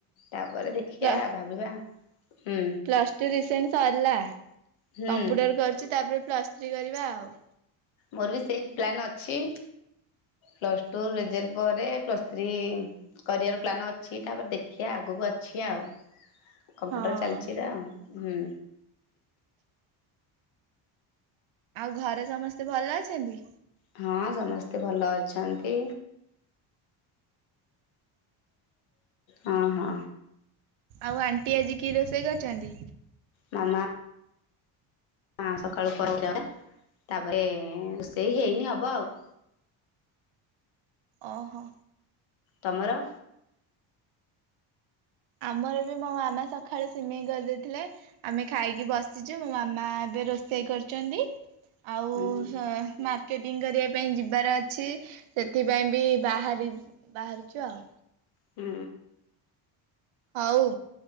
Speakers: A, on the left; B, on the right.
A: ତାପରେ ଦେଖ ଦେଖିଆ
B: ପ୍ଲ
A: ଭାବିବା। ହୁଁ
B: ପ୍ଲସ୍ ଟୁ ରିସେଣ୍ଟ ସରିଲା,
A: ହୁଁ
B: କମ୍ପୁଟର କରୁଛି, ତାପରେ ପ୍ଲସ୍ ଥ୍ରୀ କରିବା ଆଉ
A: ମୋର ବି ସେଇ ପ୍ଲାନ୍ ଅଛି। ପ୍ଲସ୍ ଟୁ ରେଜଲ୍ଟ ପରେ ପ୍ଲସ୍ ଥ୍ରୀ କରଆର ପ୍ଲାନ୍ ଅଛି ତାପରେ ଦେଖିଆ ଆଗକୁ ଅଛି ଆଉ। କମ୍ପ୍ୟୁଟର
B: ହଁ
A: ଚାଲିଛି ତ ହୁଁ।
B: ଆଉ ଘରେ ସମସ୍ତେ ଭଲ ଅଛନ୍ତି?
A: ହଁ ସମସ୍ତେ ଭଲ ଅଛନ୍ତି। ହଁ ହଁ।
B: ଆଉ ଆଣ୍ଟି ଆଜି କି ରୋଷେଇ କରିଛନ୍ତି?
A: ମାମା ହଁ ସକାଳୁ ପରେକୁ ଯାଉ ତାପରେ ରୋଷେଇ ହେଇନି ହବ ଆଉ।
B: ଓହୋ।
A: ତମର?
B: ଆମର ବି ମୋ ମାମା ସକାଳୁ ସିମେଇ କରିଦେଇଥିଲେ। ଆମେ ଖାଇକି ବସିଛୁ ମୋ ମାମା ଏବେ ରୋଷେଇ କରିଛନ୍ତି। ଆଉ
A: ହୁଁ
B: ମା ର୍କେଟିଙ୍ଗ କରିବା ପାଇଁ ଯିବାର ଅଛି ସେଥିପାଇଁ ବି ବାହାରି ବାହାରୁଛୁ ଆଉ।
A: ହୁଁ।
B: ହଉ